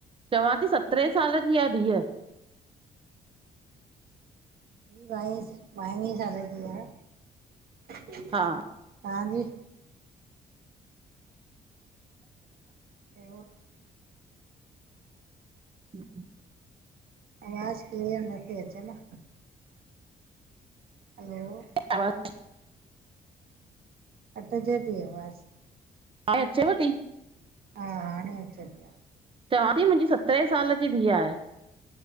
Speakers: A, on the right; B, on the right.
A: चवां थी सतरहें साल जी आ धीअ।
B: बाई बावी साल जी आहे। हाजी?
A: हा
B: ऐ <unintelligible>
A: <inaudible>
B: आवाज क्लीअर न थी अचे न। हलो
A: आवाज़
B: कटजे जी आवाज़
A: हाणे अचेव ती?
B: हा हाणे अचे थी।
A: चवां ती मुंहिंजी सतरहें साल जी धीअ आहे।